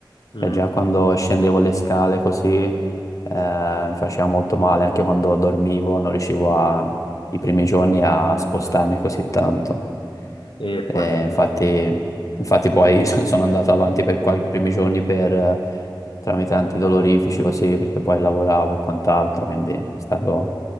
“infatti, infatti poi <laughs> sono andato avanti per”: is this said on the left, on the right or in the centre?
Left